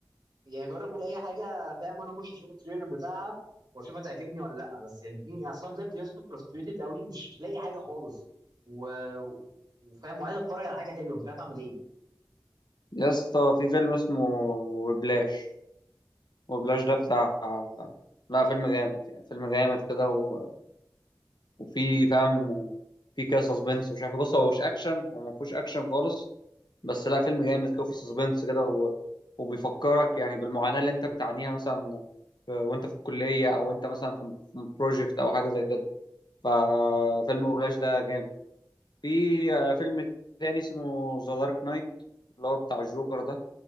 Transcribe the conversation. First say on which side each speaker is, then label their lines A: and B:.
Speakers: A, on the right; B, on the left.
A: يعني جرب قول اي حاجه فاهم وانا اخش اشوف التريلر بتاعها واشوف هتعجبني ولا لا بس يعني اديني اصلا بجد يا اسطى فرستريتد قوي مش مش لاقي حاجه خالص و... وفاهم وعايز اتفرج على حاجه حلوه مش عارف اعمل ايه
B: يا اسطى في فيلم اسمه وبلاش وبلاش ده بتاع لا فيلم جامد يعني فيلم جامد كده و... وفي فاهم في كده سسبنس ومش عارف إيه. بص هو مش اكشن هو ما فيهوش اكشن خالص بس لا فيلم جامد كده وفي سسبنس كده و... وبيفكرك يعني بالمعاناة اللي انت بتعانيها مثلا في- وانت في الكلية او انت مثلا في بروجكت او حاجة زي كده ففيلم وبلاش ده جامد في آه، فيلم تاني اسمه ذا دارك نايت اللي هو بتاع الجوكر ده